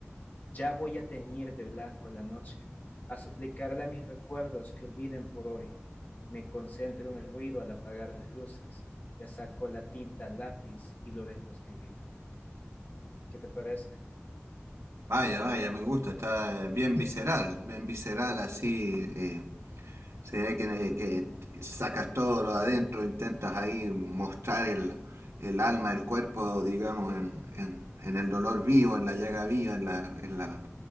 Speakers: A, on the left; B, on the right.
A: Ya voy a teñir de blanco la noche, a suplicarle a mis recuerdos que olviden por hoy. Me concentro en el ruido al apagar las luces, le saco la tinta al lápiz y lo dejo escribir. ¿Qué te parece?
B: Vaya, vaya, me gusta, está bien visceral, bien visceral así, eh, Se ve que, que sacas todo lo de adentro, intentas ahí mostrar el, el alma, el cuerpo, digamos, en, en- en el dolor vivo, en la llaga viva, en la, en la